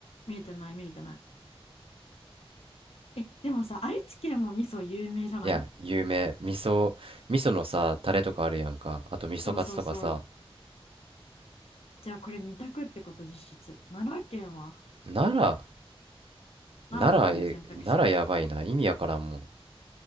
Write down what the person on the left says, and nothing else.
見えてない、見れてない。え、でもさ、愛知県も味噌有名じゃない
そうそうそう。じゃあこれ二択ってこと実質。奈良県は
奈良もあるよ選択肢。